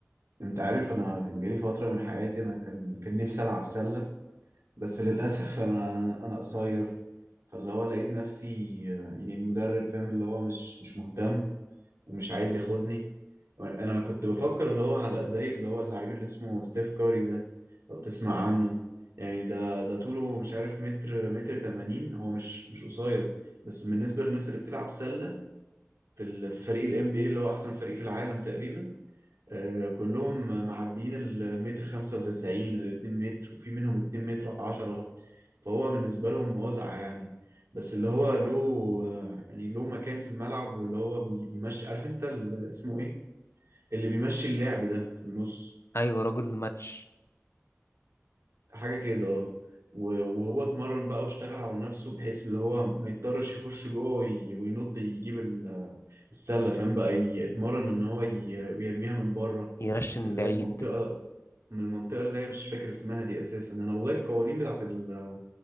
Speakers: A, on the right; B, on the left.
A: انت عارف انا كان جالي فترة من حياتي انا كان كان نفسي العب سلة بس للأسف أنا أنا قصير فاللي هو لقيت نفسي يعني المدرب فاهم اللي هو مش مش مهتم ومش عايز ياخدني أنا كنت بفكر اللي هو هبقى زي اللي هو اللاعب اللي اسمه ستيف كاري ده لو تسمع عنه يعني ده ده طوله مش عارف متر متر 80 هو مش مش قصير بس بالنسبة للناس اللي بتلعب سلة في ال- في فريق ال NBA اللي هو أحسن فريق في العالم تقريبا آه، كلهم معديين ال- المتر 95 لل 2 متر وفي منهم 2 متر 10 فهو بالنسبة لهم وزعة يعني بس اللي هو له آه، يعني له مكان في الملعب واللي هو بي- بيمشي عارف انت ال- اسمه ايه اللي بيمشي اللعب ده في النص
B: ايوه رجل الماتش
A: حاجة كده اه و- وهو اتمرن بقى واشتغل على نفسه بحيث اللي هو ما يضطرش يخش جوه وي- وينط يجيب ال- السلة فاهم بقى ي- اتمرن ان هو ي- يرميها من بره
B: يرشن من
A: من اللي
B: بعيد
A: هي المنطقة من المنطقة اللي هي مش فاكر اسمها دي أساسا أنا والله القوانين بتاعت ال-